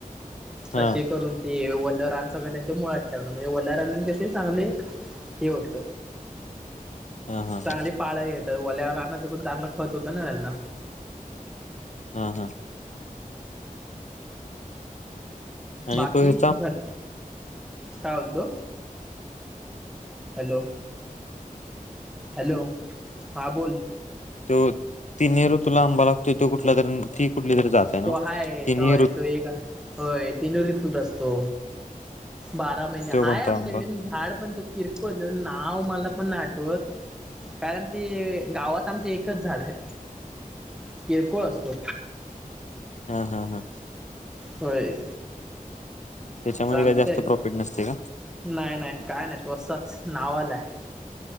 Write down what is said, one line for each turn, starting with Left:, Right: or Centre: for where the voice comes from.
Left: हा
Centre: तसे करून ते वल्ल रान सगळं त्यांच्या मुळात ठेवल म्हणजे वल्ल्या राननी कसे चांगले. हे होत
Left: हा हा
Centre: चांगली
Left: हा
Centre: पाळही तर वोल्यावर राहण्याचं पण चांगलं खत होतं ना त्यांना.
Left: हा, हा. आणि
Centre: बाकी
Left: तो ह्याचा
Centre: घर काय बोलतो? हॅलो, हॅलो हा बोल.
Left: तो तिनही ऋतूला आंबा लागतोय तो कुठला तरी ती कुठली तरी जात आहे ना
Centre: तो आहेाय हय
Left: तिन्ही ऋतू
Centre: तो एक होय तीन ऋतूत असतो. बारा महिने
Left: तो
Centre: हाय
Left: कोणता
Centre: आमच्याकडे
Left: आंबा
Centre: झाड पण तो किरकोळ नाव मला पण नाही आठवत कारण ते गावात आमचे एकच झाड आहे. किळ कोळ असतो.
Left: हा, हा, हा.
Centre: होय.
Left: त्याच्यामध्ये
Centre: चालते
Left: काय जास्त प्रॉफिट नसते का
Centre: नाही नाही काय नाही नावाल आहे.